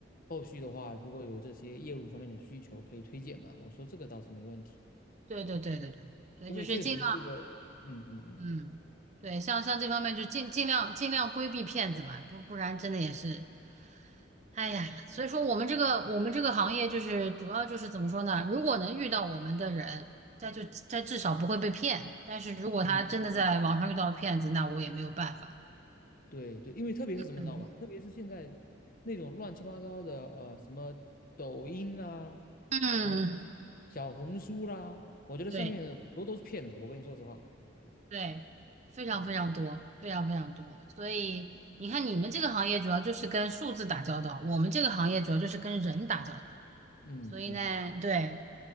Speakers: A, on the left; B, on the right.
A: 后续的话，如果有这些业务方面的需求，可以推荐嘛。我说这个倒是没问题，
B: 对对对对对，
A: 对，
B: 所以就是尽。
A: 因为确实这个，
B: 量。
A: 嗯嗯嗯，
B: 嗯，对，像像这方面就尽尽量尽量规避骗子吧，不不然真的也是，哎呀，
A: 对。
B: 所以说我们这个我们这个行业就是主要就是怎么说呢？如果能遇到我们的人，他就他至少不会被骗，但是如果他真的在网上遇到骗子，
A: 嗯，
B: 那我也没有办法。
A: 对对，因为特别是什么知道吗？
B: 嗯
A: 特别是现在那种乱七八糟的，呃，什么抖音啦，
B: 嗯，
A: 还有小红书啦，我觉得上面很多都是骗子。
B: 对
A: 我跟你说实话，
B: 对，非常非常多，
A: 嗯。
B: 非常非常多。所以你看，你们这个行业主要就是跟数字打交道，我们这个行业主要就是跟人打交道。
A: 嗯嗯
B: 所以呢，对，